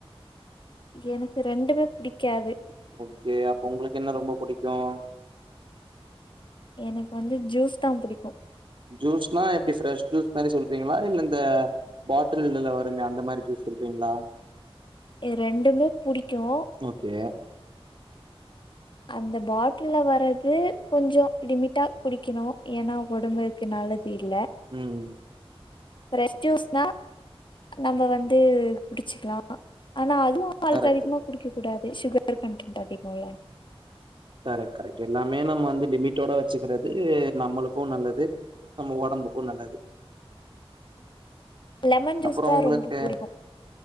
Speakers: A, on the left (about 55°); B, on the right (about 55°).
A: எனக்கு ரெண்டுமே புடிக்காது
B: ஓகே அப்ப உங்களுக்கு என்ன ரொம்ப பிடிக்கும்
A: எனக்கு வந்து ஜூஸ் தான் புடிக்கும்
B: ஜூஸ்னா எப்டி ஃபிரஸ் ஜூஸ் மாரி சொல்றீங்களா இல்ல இந்த பாட்டில்ல வருமோ அந்த மாரி ஜூஸ் சொல்றீங்களா
A: ரெண்டுமே புடிக்கும்
B: ஓகே
A: அந்த பாட்டில்ல வர்றது கொஞ்சோ லிமிட்டா குடிக்கணும் ஏன்னா உடம்புக்கு நல்லது இல்ல
B: ம்
A: ஃபிரஸ் ஜூஸ்னா நம்ம வந்து குடிச்சிக்கலாம் ஆனா அதுவும் அளவுக்கு
B: கரெக்ட்
A: அதிகமாக குடுக்க கூடாது ஷுகர் கண்டன்ட் அதிகம்லா
B: கரெக்ட் கரெக்ட் எல்லாமே நம்ம வந்து லிமிட்டோட வச்சுக்கிறது நம்மளுக்கும் நல்லது நம்ம உடம்புக்கும் நல்லது
A: லெமன் ஜூஸ்
B: அப்றோ
A: தா
B: உங்களுக்கு
A: ரொம்ப புடிக்கு